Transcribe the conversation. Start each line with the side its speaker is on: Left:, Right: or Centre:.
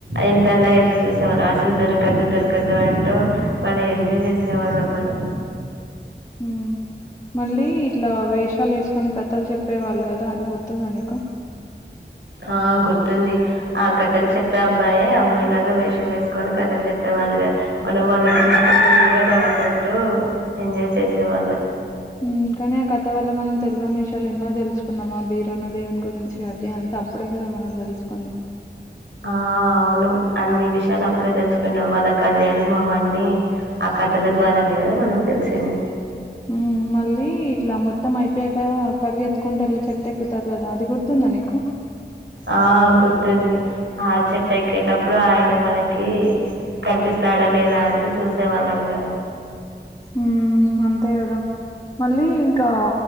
Right: ఎంతేలా ఎదురు చూసేవాళ్ళు అసలు దొరకద్దు దొరకద్దు అంటూ భలే ఎంజాయ్ చేయ్ చేసేవాళ్ళం మన్
Left: ఉ మళ్ళీ ఇట్లా వేషాలు వేసుకొని కథలు చెప్పే వాళ్ళు కదా అది గుర్తుందా నీకు.
Right: ఆ గుర్తుంది ఆ కథలు చెప్పే అబ్బాయే అమ్మాయి లాగా వేషం వేసుకొని కథలు చెప్పేవాళ్ళుగా. మనం వాళ్ళను చూస్తూ పుల్ గా నవ్వుకుంటూ ఎంజాయ్ చేసే వాళ్ళం.
Left: ఉ కాని ఆ కథ వల్ల మనం తెలవని విషయాలు ఎన్నో తెలుసుకున్నాం ఆ బీరన్న దేవుని గురించి అదే అం అప్పుడే కదా మనం తెలుసుకుంది
Right: ఆ అవును అన్ని విషయాలు అప్పుడే తెలుసుకున్నాం, వాళ్ళ కళ్యాణం ఆ అవన్నీ కథల ద్వారానే కదా మనకు తెలిసింది
Left: ఉ మళ్ళీ ఇట్లా మొత్తం అయిపోయాక పరిగెత్తుకుంటూ వెళ్ళి చెట్ టు ఎక్కుతారు కదా అది గుర్తుందా నీకు
Right: ఆ గుర్తుంది ఆ చెట్టు ఎక్కేటప్పుడు ఆయన మనకి కనిపిస్తాడా లేదా అంటూ చూసేవాళ్ళం కదా
Left: హు అంతే కదా మళ్ళీ ఇంకా